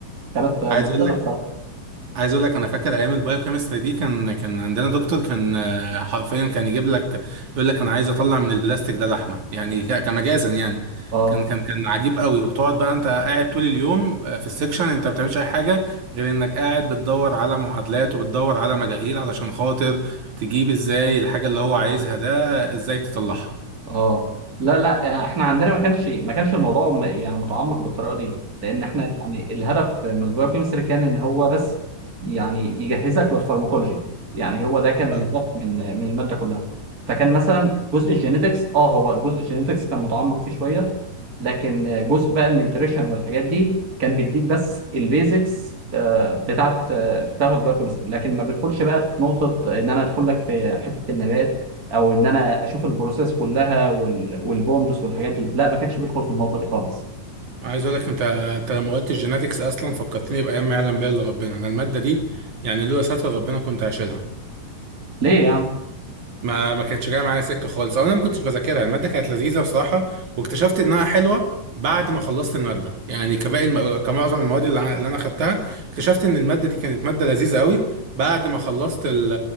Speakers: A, on the right; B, on the right.
A: كانت مضحكه
B: عايز اقول لك
A: بصراحه
B: عايز اقول لك انا فاكر ايام البايوكيمستري دي كان كان عندنا دكتور كان آه، حرفيا كان يجيب لك يقول لك انا عايز اطلع من البلاستيك ده لحمه يعني ك- كمجازا يعني
A: اه
B: كان كان كان عجيب قوي وتقعد بقى انت قاعد طول اليوم آه، في السكشن انت ما بتعملش اي حاجه غير انك قاعد بتدور على معادلات وبتدور على مجاهيل علشان خاطر تجيب ازاي الحاجه اللي هو عايزها ده ازاي تطلعها
A: اه لا لا احنا عندنا ما كانش ما كانش الموضوع م- يعني متعمق بالطريقه دي لان احنا يعني الهدف من البايو كيمستري كان ان هو بس يعني يجهزك للفارماكولوجي يعني هو ده كان
B: امم
A: الهدف من من الماده كلها فكان مثلا جزء الجينيتكس اه هو جزء الجينيتكس كان متعمق فيه شويه لكن جزء بقى النيوتريشن والحاجات دي كان بيديك بس البيزكس بتاعت آه، بتاعت البايو كيمستري لكن ما بيدخلش بقى في نقطه ان انا ادخل لك في حته النبات او ان انا اشوف البروسيس كلها وال... والبوندس والحاجات دي لا ما كانش بيدخل في النقطه دي خالص
B: عايز اقول لك انت انت لما قلت الجيناتكس اصلا فكرتني بايام ما يعلم بها الا ربنا انا الماده دي يعني لولا ستر ربنا كنت هشيلها
A: ليه يا عم
B: ما ما كانتش جايه معايا سكه خالص او انا ما كنتش بذاكرها الماده كانت لذيذه بصراحه واكتشفت انها حلوه بعد ما خلصت الماده يعني كباقي الم... كمعظم المواد اللي, ع- اللي انا خدتها اكتشفت ان الماده دي كانت ماده لذيذه قوي بعد ما خلصت ال-